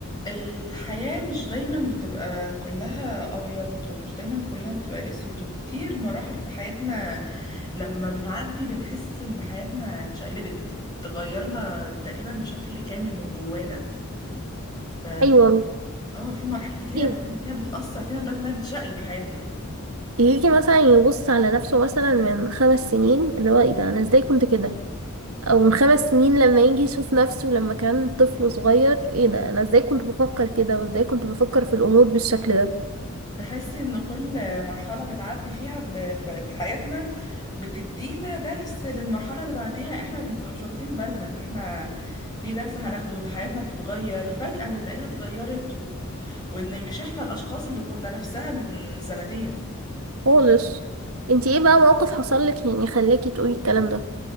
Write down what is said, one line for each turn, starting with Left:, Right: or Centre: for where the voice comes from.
Left: الحياة مش دايما بتبقى كلها أبيض ومش دايما كلها بتبقى أسود وكتير مراحل في حياتنا لما بتعدي بنحس إن حياتنا اتشقلبت تغيرنا تقريبا بشكل كامل من جوانا ففي
Right: ايوه
Left: اه في مراحل كتيرة
Right: يجي
Left: بنكون فيها بتأثر فينا لدرجة إنها بتشقلب حياتنا
Right: يجي مثلا يبص على نفسه مثلا من خمس سنين اللي هو ايه ده انا ازاي كنت كده او من خمس سنين لما يجي يشوف نفسه لما كان طفل صغير ايه ده انا ازاي كنت بفكر كده وازاي كنت بفكر في الامور بالشكل ده
Left: تحسي ان كل مرحلة بنعدي فيها ب- ف- في حياتنا بتدينا درس للمرحلة اللي بعديها احنا بنبقى مش واخدين بالنا ان احنا في درس هناخده وان حياتنا بتتغير فجأة بنلاقيها اتغيرت و... وان مش احنا الاشخاص اللي كنا نفسها من سنتين
Right: خالص انتي ايه بقى موقف حصل لك يعني خلاكي تقولي الكلام ده